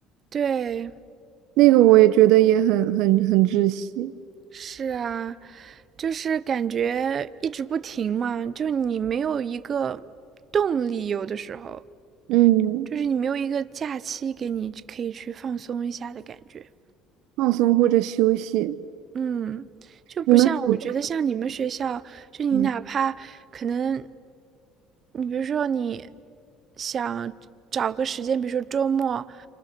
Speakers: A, on the right (about 30°); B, on the right (about 65°).
A: 对，
B: 那个我也觉得也很很很窒息。
A: 是啊。就是感觉一直不停嘛，就你没有一个动力，有的时候
B: 嗯
A: 就是你没有一个假期给你可以去放松一下的感觉。
B: 放松或者休息，
A: 嗯，就不像我觉得像你们学校，
B: 你们暑假
A: 就你哪怕可能，
B: 吗
A: 你比如说你想找个时间，比如说周末，